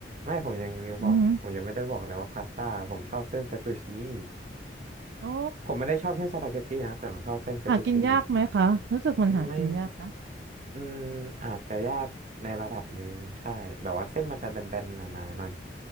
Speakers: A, on the right; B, on the right.
A: ไม่ผมยังลืมบอกผมยังไม่ได้บอกเลยว่าพาสต้าผมชอบเส้นเฟตตูชินี่
B: อือหือโอ้
A: ผมไม่ได้ชอบเส้นสปาเกตตี้นะแต่ผมชอบเส้นเฟตตูชินี่
B: หากินยากไหมคะรู้สึกมันหากินยากนะ
A: ไม่อืมอาจจะยากในระดับหนึ่งใช่แบบว่าเส้นมันจะแบนๆหนาๆหน่อย